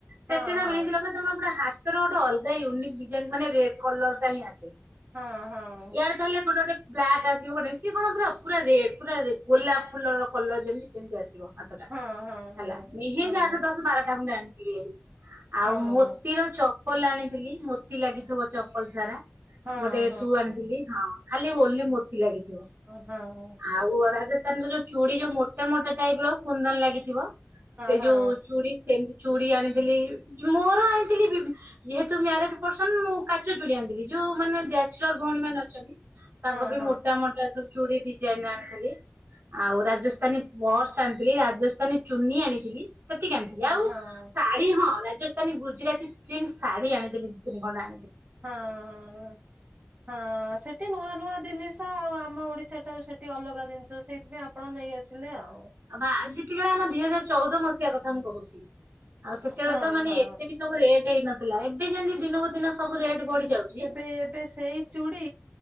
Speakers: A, on the right; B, on the right.
A: ହଁ
B: ସେଠିକା
A: ହଁ
B: ମେହେନ୍ଦି ଲଗେଇବ ତମର ପୁରା ହାତର ଗୋଟ ଅଲଗା ୟୁନିକ୍ ଡିଜାଇନ ମାନେ ରେ କଲର ଟା ହିଁ ଆସେ
A: ହଁ ହଁ
B: ୟଆଡେ ତାହେଲେ ଗୋଟେ ଗୋଟେ ବ୍ଲାକ୍ ଆସିବ କଣ ସିଏ କଣ ପୁରା ପୁରା ରେଡ୍ ପୁରା ଗୋଲାପ ଫୁଲ ର କଲର ଯେମିତି ସେମିତି ଆସିବ। ହାତଟା
A: ହଁ ହଁ
B: ହେଲା ମେହେନ୍ଦୀ
A: ହଁ ହଁ
B: ଆଠ ଦଶ ବାରଟା ଖଣ୍ଡେ ଆଣିଥିଲି ଏରି ଆଉ
A: ହଁ
B: ମୋତିର ଚପଲ ଆଣିଥିଲି ମୋତି ଲାଗିଥିବ ଚପଲ ସାରା
A: ହଁ
B: ଗୋଟେ ସୁ ଆଣିଥିଲି ହଁ ଖାଲି ଓଲି ମୋତି ଲାଗିଥିବ।
A: ହଁ ହଁ ହଁ ହଁ ହଁ ହଁ ହଁ
B: ଆଉ ରାଜସ୍ଥାନ ର ଯୋଉ ଚୁଡି ଯୋଉ ମୋଟା ମୋଟା ଟାଇପ ର କୁନ୍ଦନ ଲାଗିଥିବ ସେ
A: ହଁ ହଁ
B: ଯୋଉ ଚୁଡି ସେଟ୍ ଚୁଡ ଆଣିଥିଲି ମୋର ଆଣିଥିଲି ବି ଯେହେତୁ ମ୍ୟାରେଜ୍ ପର୍ସନ୍ ମୁଁ କାଚ ଚୁଡି ଆଣିଥିଲି ଯୋଉ ମାନେ ବ୍ୟାଚଲର ଭଉଣୀ ଅଛନ୍ତି ତାଙ୍କ
A: ହଁ
B: ପାଇଁ
A: ହଁ ହଁ
B: ମୋଟା ମ ଟା ସବୁ ଚୁଡ଼ି ଡିଜାଇନ୍ ଆଣିଥିଲି। ଆଉ ରାଜସ୍ଥାନୀ ପର୍ସ ଆଣିଥିଲି ରାଜସ୍ଥାନୀ ଚୁନି ଆଣିଥିଲି। ସେତିକି ଆଣିଥିଲି ଆଉ
A: ହଁ ହଁ
B: ଶାଢୀ ହଁ ରାଜସ୍ଥାନୀ ଗୁଜୁରାତି ପ୍ରିଣ୍ଟ୍ ଶାଢୀ ଆଣିଥିଲି। କଣା
A: ହଁ ହଁ ହଁ ସେ ସେଠି ନୂଆ ନୂଆ ଜିନିଷ ଆଉ ଆମ ଓଡିଶା ଠାରୁ ସେଠି ଅଲଗା ଜିନିଷ ସେଇ ଏ ଆପଣ ନେଇ ଆସିଲେ ଆଉ
B: ବା ସେତିବଳେ ଆମ ଦିଇ ହଜାର ଚଉଦ ମସିହା କଥା ମୁଁ କହୁଛି ଆଉ ସେତେବେଳେ
A: ହଁ
B: ତ ମାନେ
A: ହଁ
B: ଏତେ ବି ସବୁ ରେଟ୍ ହେଇନଥିଲା ଏବେ ଯେମତି ଦିନକୁ ଦିନ ରେଟ୍ ବଢିଯାଉଛି।
A: ଏବେ ଏବେ ସେଇ ଚୁଡ଼ି